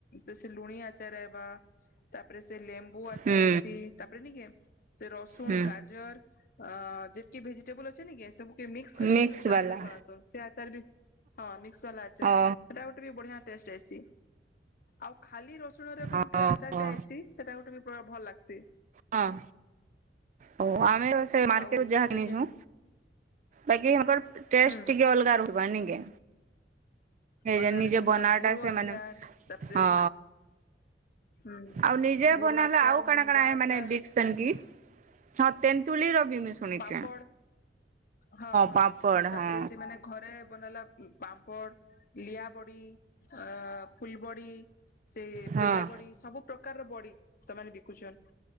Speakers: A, on the left; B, on the right.
A: ତ ସେ ଲୁଣି ଆ ଆଚାର ଆଇବା ତାପରେ ସେ ଲେମ୍ବୁ ଆଚାର
B: ହୁଁ
A: ଏସି ତାପରେ ଟିକେ ସେ ରସୁଣ୍
B: ହୁଁ
A: ଗାଜର୍ ଅ ଯେତିକି ଭେଜିଟେବୁଲ ଅଛି ନେକି ସବୁକେ ମିକ୍ସ୍ କରିକି
B: ମିକ୍ସ
A: ବି ଗୋଟେ
B: ବାଲା
A: ଆଚାର ବନାସନ୍ ସେ ଆଚାର ବି ହଁ ମିକ୍ସ ବାଲା ଆଚା
B: ଓ
A: ହେଟା ଗୋଟେ ବି ବଢ଼ିଆ ଟେଷ୍ଟ ଆସି ଆଉ ଖାଲି ରସ୍ ଲୁଣରେ ବି
B: ଓହୋ
A: ଗୁଟେ ଆଚାରଟେ ଆଇସି ସେଟା ଗୋଟେ ବ ଭଲ୍ ଲାଗ୍ସି।
B: ହଁ। ହଉ ଆମେ ମାର୍କେଟ
A: ଆଉ
B: ରୁ ଯାହା
A: ସେ
B: କିଣିଛୁଁ
A: ଯେନ୍
B: ବାକି ଆଙ୍କର ଟେଷ୍ଟ୍
A: ହୁଁ
B: ଟିକେ ଅଲଗା ରହୁ ବାନି ଗେ
A: ଅଲଗା
B: ଏ ନିଜେ
A: ରେସି
B: ବନା
A: ହଁ ବୁରୋ
B: ଟା ସେମାନେ
A: ଆଚାର ତାପରେ
B: ହଁ।
A: ହୁଁ
B: ଆଉ ନିଜେ
A: ବୁରୁ
B: ବନାଲେ
A: ଆଚାର୍
B: ଆଉ କାଣା
A: ମୁନଗା
B: କାଣା
A: ଆଚାର୍।
B: ମାନେ ବିକସନ୍ କି ହଁ ତେନ୍ତୁଳିର ବି ମୁଇଁ ଶୁଣିଛେ
A: ପାପଡ଼୍ ହଁ ହଁ
B: ପାମ୍ପଡ଼
A: ତାପରେ
B: ହଁ
A: ସେମାନେ ଘରେ ବନେଇଲା ପାମ୍ପଡ଼୍। ଲିଆାବଡ଼ି ଅ ଫୁଲବଡ଼ି ସେ
B: ହଁ
A: ଜା ବଡ଼ି ସବୁ ପ୍ରକାରର ବଡ଼ି ସେମାନେ ବିକୁଛନ୍